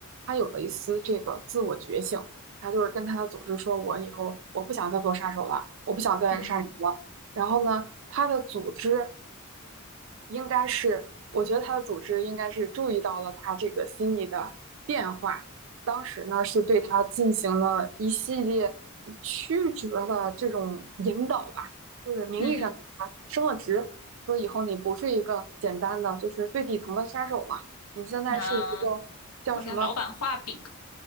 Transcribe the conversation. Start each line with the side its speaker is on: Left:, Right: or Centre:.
Right: 她有了一丝这个自我觉醒，她就是跟她的组织说，我以后我不想再做杀手了，我不想再杀人了。
Left: 嗯
Right: 然后呢，她的组织应该是，我觉得他的组织应该是注意到了他这个心理的变化，当时呢是对他进行了一系列曲折的这种引导吧，就是名义上给他升了职，
Left: 嗯。
Right: 说以后你不是一个简单的就是最底层的杀手了，你现在是一个叫什么？
Left: 嗯，好像老板画饼，